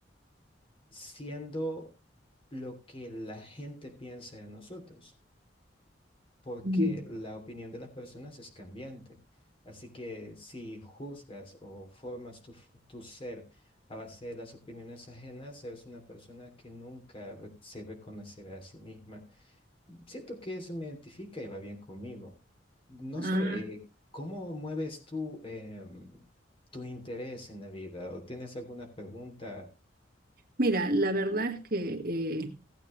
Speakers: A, on the left (about 30°); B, on the right (about 55°).
A: siendo lo que la gente piensa de nosotros porque
B: Ujú.
A: la opinión de las personas es cambiante. Así que si juzgas o formas tu, f- tu ser a base de las opiniones ajenas, eres una persona que nunca re- se reconocerá a sí misma. Siento que eso me identifica y va bien conmigo. No
B: Ah,
A: sé, eh, ¿cómo mueves tú em, tu interés en la vida? ¿O tienes alguna pregunta?
B: mira, la verdad es que eh,